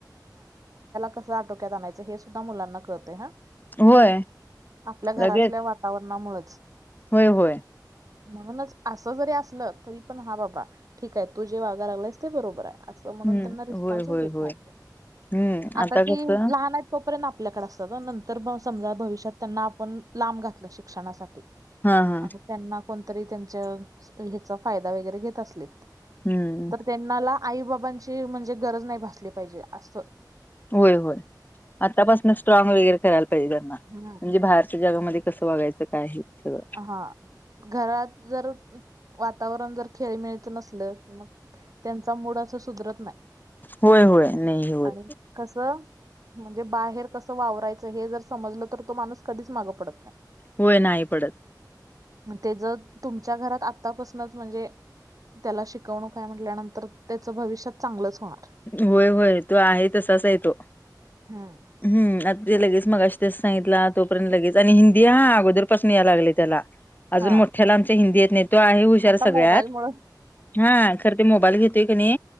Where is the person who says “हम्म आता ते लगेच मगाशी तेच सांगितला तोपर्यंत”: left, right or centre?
Left